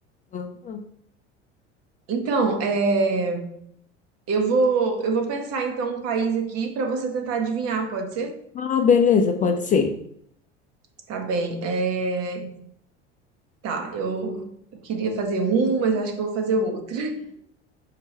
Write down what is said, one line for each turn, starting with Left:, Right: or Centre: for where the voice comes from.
Left: Aham.
Right: Então, é. Eu vou, eu vou pensar então um país aqui para você tentar adivinhar, pode ser?
Left: Ah, beleza, pode ser.
Right: Tá bem. É, Tá, eu, eu queria fazer um, mas acho que eu vou fazer outro.